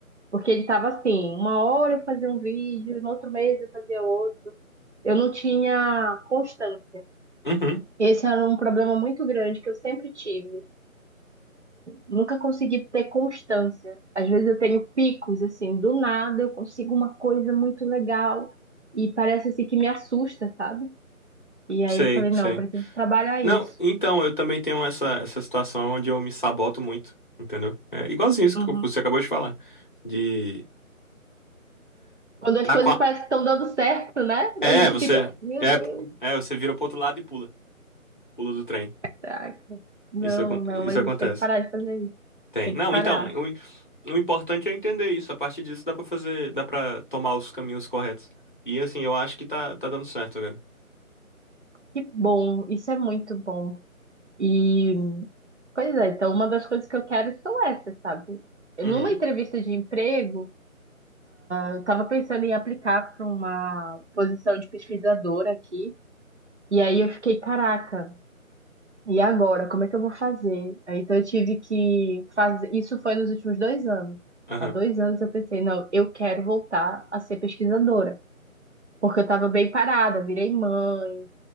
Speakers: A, on the right; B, on the left.
A: porque ele estava assim, uma hora eu fazia um vídeo, no outro mês eu fazia outro. Eu não tinha constância.
B: Uhum.
A: Esse era um problema muito grande que eu sempre tive. Nunca consegui ter constância. Às vezes eu tenho picos, assim, do nada eu consigo uma coisa muito legal e parece assim que me assusta, sabe? E aí
B: Sei,
A: eu falei, não,
B: sei.
A: eu preciso trabalhar
B: Não,
A: isso.
B: então, eu também tenho essa, essa situação onde eu me saboto muito, entendeu? É igualzinho isso
A: Uhum.
B: que você acabou de falar. De
A: Quando as
B: estar
A: coisas parecem que estão dando certo, né?
B: É,
A: A gente
B: você.
A: fica, meu
B: É,
A: Deus,
B: pô, é, você vira pro outro lado e pula. Pula do trem.
A: caraca. Não,
B: Isso, acon-
A: não,
B: isso
A: a gente
B: acontece.
A: tem que parar de fazer isso.
B: Tem.
A: Tem
B: Não,
A: que parar.
B: então, o, o importante é entender isso. A partir disso dá pra fazer. Dá pra tomar os caminhos corretos. E assim, eu acho que tá, tá dando certo agora.
A: Que bom, isso é muito bom. E, pois é, então uma das coisas que eu quero são essas, sabe? Numa
B: Uhum.
A: entrevista de emprego, eu estava pensando em aplicar para uma posição de pesquisadora aqui. E aí eu fiquei, caraca. E agora, como é que eu vou fazer? Aí, Então eu tive que fazer. Isso foi nos últimos dois anos.
B: Aham.
A: Há dois anos eu pensei, não, eu quero voltar a ser pesquisadora. Porque eu estava bem parada, virei mãe,